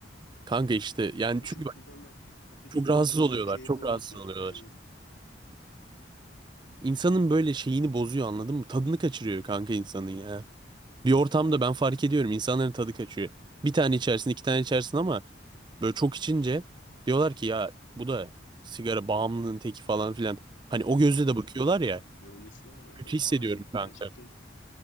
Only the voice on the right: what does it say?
Kanka işte yani
çünkü
Çok
rahatsız oluyorlar.
Çok
rahatsız oluyorlar.
İnsanın böyle şeyini bozuyor anladın mı? Tadını kaçırıyor kanka insanın ya. Bir ortamda ben fark ediyorum insanların tadı kaçıyor. Bir tane içersin, iki tane içersin ama böyle çok içince diyorlar ki ya bu da sigara bağımlının teki falan filan. Hani o gözle
de bakıyorlar ya.
Kötü
hissediyorum
kanka.